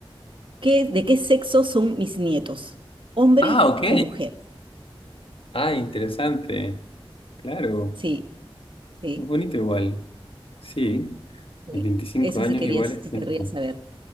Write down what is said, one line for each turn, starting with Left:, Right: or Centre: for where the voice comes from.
Right: ¿Qué, de qué sexo son mis nietos? ¿Hombres
Left: Ah, ok.
Right: o mujeres?
Left: Ah, interesante. Claro.
Right: Sí, sí,
Left: Muy bonito igual. Sí,
Right: sí.
Left: en 25
Right: Eso
Left: años
Right: sí quería,
Left: igual
Right: sí
Left: es tiempo.
Right: querría saber.